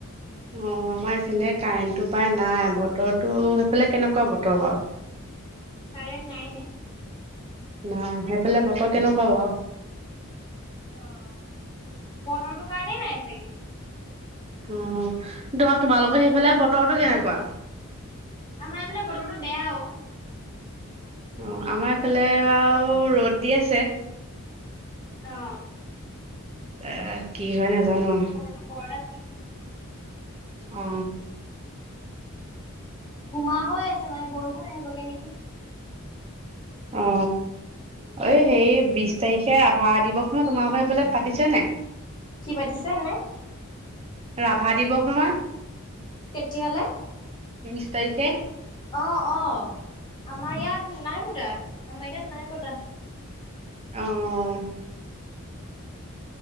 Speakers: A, on the right; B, on the left.
A: অ আমাৰ এইফালে কাৰেণ্টটো পায় নাই বতৰত টো সেইফালে কেনেকুৱা বতৰ আৰু
B: কাৰেণ্ট নাই নে
A: নাই সেইফালে বত পা কেনেকা বা
B: অ বতৰটো কাৰণেই নাই চাগে
A: অ তোমাৰ তোমালোকৰ সেইফালে বতৰটো কেনেকুৱা
B: আমাৰ এইফালে বতৰো বেয়াও
A: অ আমাৰ এইফালে বাৰু ৰ'দ দি আছে
B: অ
A: অ কি হয় নাজানো
B: আমাৰ এইফালে বতৰটো বৰ এটা ঠিক নহয়
A: অ
B: গোমা হৈ আছে মানে বৰষুণ আহিবগে নেকি
A: অ অ সেই বিশ তাৰিখে আভা দিৱস নয় তোমালোক সেইফালে পাতিছে নে
B: কি পাতিছো নাই
A: ৰাভা দিৱস নহয়
B: কেতিয়ালে
A: বিছ তাৰিখে
B: অ', অ', আমাৰ ইয়াত নাই বুতা আ মক নাই পতা
A: অ <inaudible>